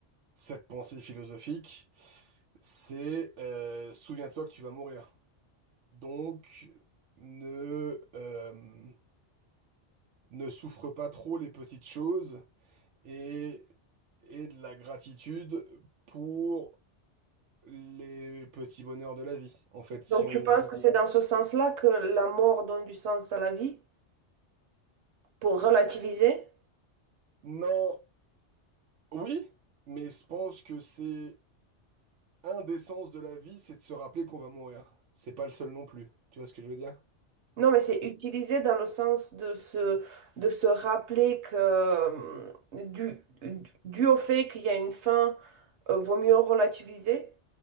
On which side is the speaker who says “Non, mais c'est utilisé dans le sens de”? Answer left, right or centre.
Right